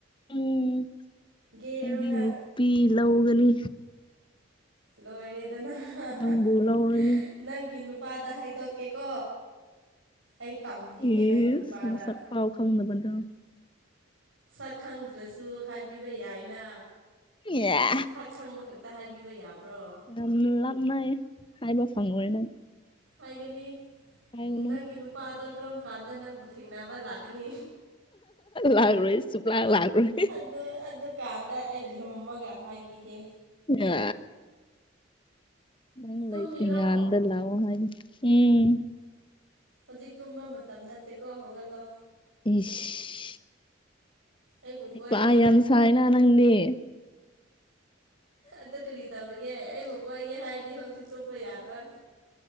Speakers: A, on the left; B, on the right.
A: ꯎꯝ
B: ꯒꯦꯔꯣ
A: ꯑꯩꯗꯤ
B: ꯅꯪ
A: ꯅꯨꯄꯤ ꯂꯧꯒꯅꯤ
B: ꯂꯣꯏꯔꯦꯗꯅ <unintelligible>
A: ꯅꯪꯕꯨ ꯂꯧꯔꯅꯤ
B: ꯅꯪꯒꯤ ꯅꯨꯄꯥꯗ ꯍꯥꯏꯗꯣꯛꯀꯦꯀꯣ ꯑꯩ ꯇꯝꯕꯤꯒꯦ
A: ꯏꯁ
B: ꯅꯪꯒꯤ ꯅꯨꯄꯥꯗ
A: ꯅꯁꯛ ꯐꯥꯎ ꯈꯪꯗꯕ ꯅꯪ
B: ꯁꯛ ꯈꯪꯗ꯭ꯔꯁꯨ ꯍꯥꯏꯕꯤꯕ ꯌꯥꯏꯅ
A: ꯏꯌꯥ
B: ꯁꯛ ꯈꯪꯕ ꯈꯛ ꯇ ꯍꯥꯏꯕꯤꯕ ꯌꯥꯕ꯭ꯔꯣ
A: ꯌꯥꯝ ꯂꯥꯞꯅꯩ ꯍꯥꯏꯕ ꯐꯪꯉꯣꯏꯌꯦ ꯅꯪ
B: ꯍꯥꯏꯒꯅꯤ
A: ꯍꯥꯏꯒꯅꯨ
B: ꯅꯪꯒꯤ ꯅꯨꯄꯥꯗꯣ ꯀꯔꯝ ꯀꯥꯟꯗ ꯅꯪꯕꯨ ꯊꯦꯡꯅꯕ ꯂꯥꯛ ꯀꯅꯤ
A: ꯂꯥꯛꯔꯣꯏ ꯁꯨꯛꯂꯥꯛ ꯂꯥꯛꯔꯣꯏ
B: ꯑꯗꯨ ꯑꯗꯨꯛ ꯀꯥꯟꯗ ꯑꯩ ꯂꯨꯝꯃꯒ ꯍꯥꯏꯕꯤꯒꯦ
A: ꯑ ꯅꯪꯥꯏꯇꯔꯤꯒ
B: ꯇꯨꯝꯃꯤꯔꯣ
A: ꯑꯗꯂ ꯑꯣ ꯍꯥꯏ ꯎꯝ
B: ꯍꯧꯖꯤꯛ ꯇꯨꯝꯕ ꯃꯇꯝꯗ ꯇꯦꯛꯀꯣ ꯍꯧꯒꯠꯂꯣ
A: ꯏꯁ
B: ꯑꯩꯕꯨ ꯀꯣꯏꯒꯦ
A: ꯏꯄꯥ ꯌꯥꯝ ꯁꯥꯏꯅ ꯅꯪꯗꯤ
B: ꯑꯗꯨ ꯀꯔꯤ ꯇꯧꯔꯤꯒꯦ ꯑꯩꯕꯨ ꯀꯣꯏꯒꯦ ꯍꯥꯏꯔꯗꯤ ꯍꯧꯖꯤꯛ ꯇꯨꯝꯄ ꯌꯥꯔꯣꯏ